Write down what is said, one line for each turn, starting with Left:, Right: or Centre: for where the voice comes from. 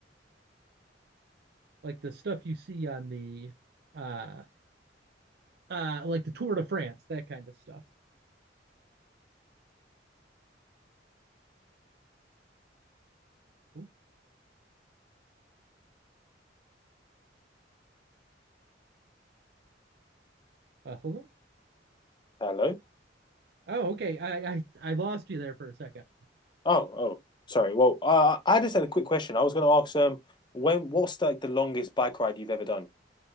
Right: Like the stuff you see on the uh uh like the Tour de France, that kind of stuff. Ooh, uh, hello?
Left: Hello?
Right: Oh, okay. I, I I lost you there for a second.
Left: Oh, oh, sorry. Well, uh, I just had a quick question. I was going to ask um, when what's like the longest bike ride you've ever done?